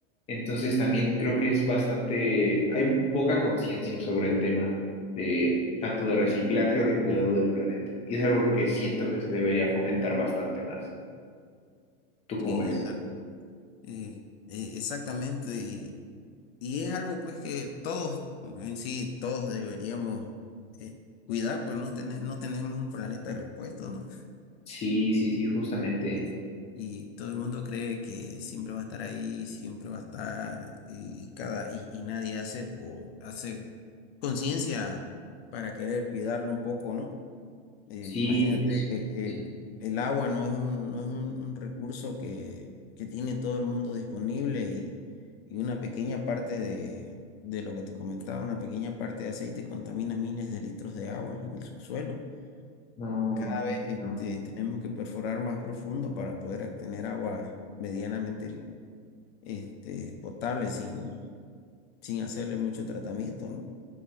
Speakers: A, on the left; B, on the left.
A: entonces también creo que es bastante, hay poca conciencia sobre el tema de tanto de reciclaje o de cuidado del planeta. Y es algo que siento que se debería fomentar bastante más. ¿Tú
B: Sí,
A: cómo ves?
B: da- eh, eh, exactamente. Y, y es algo pues que todos, en sí, todos deberíamos eh, cuidar, pues no, tener, no tenemos un planeta repuesto, ¿no?
A: Sí, sí, sí, justamente.
B: eh, y todo el mundo cree que siempre va a estar ahí, siempre va a estar, y, cada, y, y nadie hace por, hace conciencia para querer cuidarlo un poco, ¿no? Eh,
A: Sí,
B: imagínate,
A: es-
B: eh,
A: sí, sí,
B: el,
A: sí.
B: el agua no es un, no es un, un recurso que, que tiene todo el mundo disponible y, y una pequeña parte de, de lo que te comentaba, una pequeña parte de aceite contamina miles de litros de agua en el suelo.
A: No,
B: Cada vez este,
A: no.
B: tenemos que perforar más profundo para poder obtener agua medianamente este, potable sin, sin hacerle mucho tratamiento, ¿no?